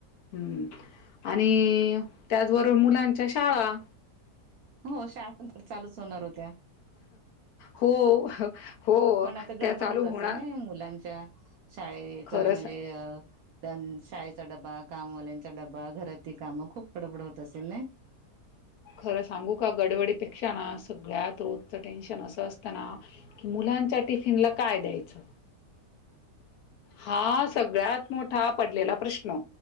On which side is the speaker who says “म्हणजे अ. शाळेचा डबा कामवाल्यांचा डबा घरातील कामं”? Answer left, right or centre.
Right